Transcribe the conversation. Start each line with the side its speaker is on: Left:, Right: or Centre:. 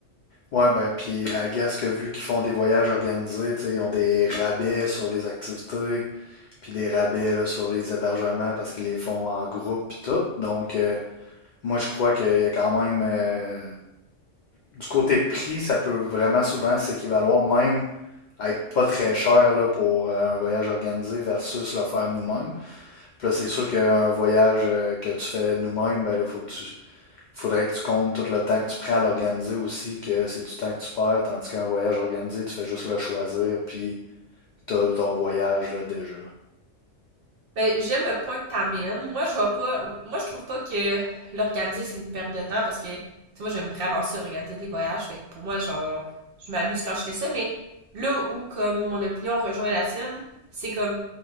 Left: Ouais, ben, puis à guess que vu qu'ils font des voyages organisés, tu sais, ils ont des rabais sur les activités, puis des rabais là, sur les hébergements parce qu'ils les font en groupe, puis tout. Donc, euh, Moi, je crois qu'il y a quand même, euh, du côté prix, ça peut vraiment souvent s'équivaloir même à être pas très cher là, pour euh, un voyage organisé versus le faire nous-mêmes. Puis là, c'est sûr qu'un voyage euh, que tu fais nous-mêmes, ben là, faut que tu, faudrait que tu comptes tout le temps que tu prends à l'organiser aussi, que c'est du temps que tu perds, tandis qu'un voyage organisé, tu fais juste le choisir, puis t'as ton voyage là, déjà.
Right: Ben, j'aime le point que t'amènes. Moi, je vois pas, moi, je trouve pas que l'organiser, c'est une perte de temps parce que, tu sais, moi, j'aime vraiment ça, organiser des voyages. Fait que pour moi, genre, je m'amuse quand je fais ça, mais là où, comme, mon opinion rejoint la tienne, c'est comme,